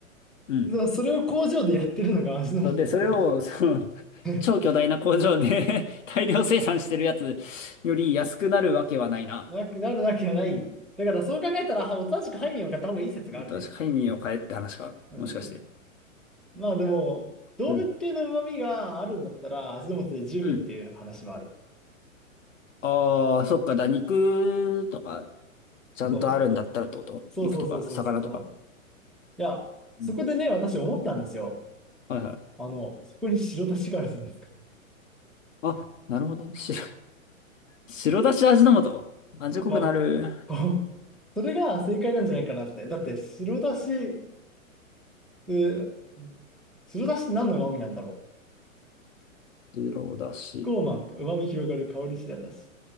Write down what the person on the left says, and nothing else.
うん。
そうで、それを、<laughs> その、
超巨大な工場で <laughs> 大量生産してるやつより安くなるわけはないな。
確かに身を変えって話か。
もしかして。
うん。
うん。ああ、そっか、だ、肉とか、ちゃんとあるんだったらってこと肉とか、
魚とか。
うん
はいはい。
あ、なるほどね。白、白だし味の素。味濃くなる。
白だし。